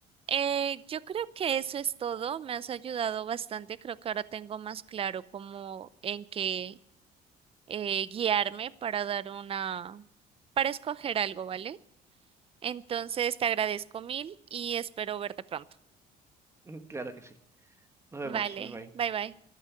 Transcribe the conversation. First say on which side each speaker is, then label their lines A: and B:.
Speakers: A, on the right; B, on the right.
A: eh, yo creo que eso es todo. Me has ayudado bastante. Creo que ahora tengo más claro cómo en qué eh, guiarme para dar una, para escoger algo, ¿vale? Entonces te agradezco mil y espero verte pronto.
B: Mm, Claro que sí. Nos vemos.
A: Vale,
B: Bye bye.
A: bye bye.